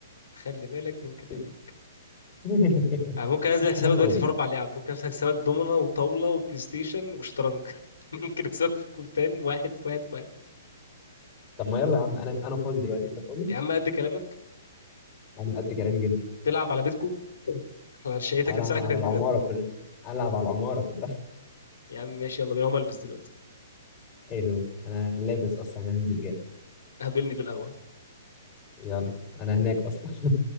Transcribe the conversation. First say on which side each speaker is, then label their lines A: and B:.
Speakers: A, on the left; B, on the left.
A: خلي بالك من كلامك
B: شوف. <laughs>
A: أنا ممكن أنزل أكسبك
B: أنا فاضي
A: دلوقتي في أربع لعب ممكن أنزل أكسبك دومنة وطاولة وبلاي ستيشن وشطرنج <laughs> ممكن أكسبك في كل فاهم واحد في واحد في واحد
B: طب ما يلا يا عم أنا أنا فاضي دلوقتي أنت فاضي
A: يا عم قد كلامك
B: أنا قد كلامي جدا
A: تلعب على بيتكو على شقتك
B: ألعب
A: اللي ساعتك
B: على العمارة كلها ألعب على العمارة كلها
A: <laughs> يا عم ماشي يلا بينا هقوم ألبس دلوقتي
B: <laughs> حلو أنا لابس أصلا أنا هنزل جاي
A: قابلني في القهوة
B: يلا أنا هناك أصلا